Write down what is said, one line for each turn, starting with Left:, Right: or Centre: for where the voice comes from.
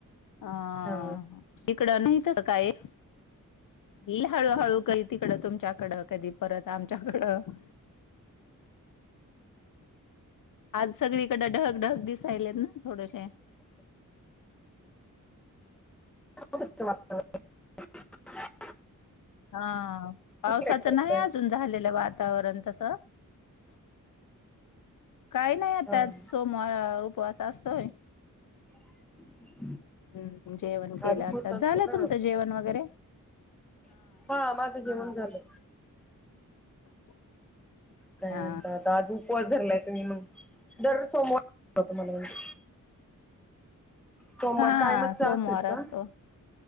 Left: ह
Centre: हा
Left: इकडं नाही तसं कायच ईल हळूहळू कधी तिकडं तुमच्याकड कधी परत आमच्याकडं आज सगळीकड ढग ढग दिसायलेत ना थोडेशे
Centre: <unintelligible>
Left: हा पावसाचं
Centre: तुम्ही काय करताय
Left: नाही अजून झालेलं वातावरण तसं <unintelligible> काही नाही आता
Centre: हा
Left: सोमवार अ उपवास असतोय.
Centre: <unintelligible>
Left: हम्म जेवण
Centre: आज
Left: केलं
Centre: उपवास
Left: आता
Centre: असतो
Left: झालं
Centre: का?
Left: तुमचं जेवण वगैरे?
Centre: हा माझं जेवण झालं.
Left: <unintelligible>
Centre: काय
Left: हा
Centre: म्हणत आता आज उपवास धरलाय. ही मग दर सोमवार होत मला म्हणजे सोमवार
Left: हा
Centre: कायमचा
Left: सोमवार
Centre: असतेत
Left: असतो
Centre: का